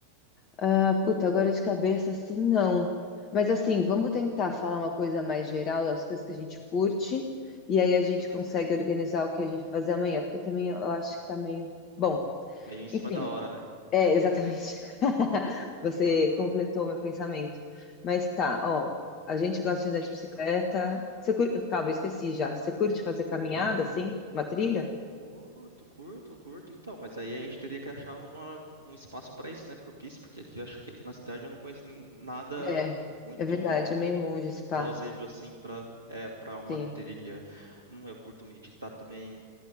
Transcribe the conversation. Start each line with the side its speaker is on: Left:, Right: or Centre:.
Left: Ah, puta, agora de cabeça, assim, não. Mas assim, vamos tentar falar uma coisa mais geral, as coisas que a gente curte, e aí a gente
Right: Uhum.
Left: consegue organizar o que a gente vai fazer amanhã, porque também eu acho que tá meio. Bom,
Right: Meio em cima
Left: enfim,
Right: da hora, né?
Left: é exatamente. <laughs> Você
Right: Hum,
Left: completou
Right: a
Left: meu pensamento. Mas tá, ó, a gente gosta de andar
Right: gente
Left: de bicicleta. Você curte... Calma, eu esqueci já. Você curte fazer caminhada,
Right: poderia-
Left: assim? Uma trilha?
Right: curto, curto, curto, então, mas aí a gente teria que achar uma- um espaço pra isso, né? Propício, porque aqui eu acho que aqui na cidade eu não conheço n- nada
Left: É,
Right: muito
Left: é verdade, é meio longe esse pá.
Right: plausível assim pra é para uma
Left: Sim.
Right: trilha. Hum, eu curto meditar também.